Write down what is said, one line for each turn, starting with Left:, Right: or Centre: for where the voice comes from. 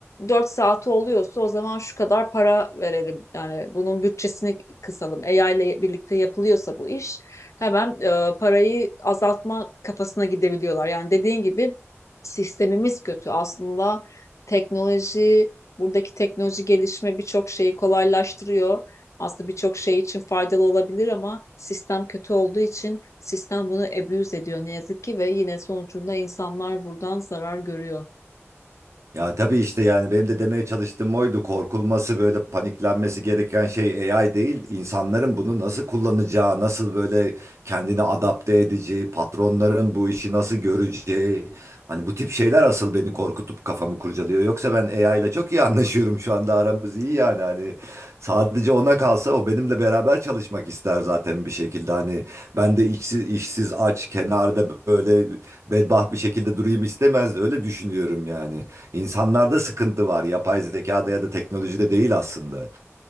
Left: 4 saati oluyorsa o zaman şu kadar para verelim. Yani bunun bütçesini kısalım. AI ile birlikte yapılıyorsa bu iş hemen e, parayı azaltma kafasına gidebiliyorlar. Yani dediğin gibi sistemimiz kötü. Aslında teknoloji, buradaki teknoloji gelişme birçok şeyi kolaylaştırıyor. Aslında birçok şey için faydalı olabilir ama sistem kötü olduğu için sistem bunu abuse ediyor ne yazık ki ve yine sonucunda insanlar buradan zarar görüyor.
Right: Ya tabii işte yani benim de demeye çalıştığım oydu. Korkulması böyle paniklenmesi gereken şey AI değil. insanların bunu nasıl kullanacağı, nasıl böyle kendini adapte edeceği, patronların bu işi nasıl göreceği. Hani bu tip şeyler asıl beni korkutup kafamı kurcalıyor. Yoksa ben AI ile çok iyi anlaşıyorum şu anda aramız iyi yani hani sadece ona kalsa o benimle beraber çalışmak ister zaten bir şekilde. Hani ben de işsiz, işsiz aç kenarda böyle bedbaht bir şekilde durayım istemez öyle düşünüyorum yani. İnsanlarda sıkıntı var. Yapay zekada ya da teknolojide değil aslında.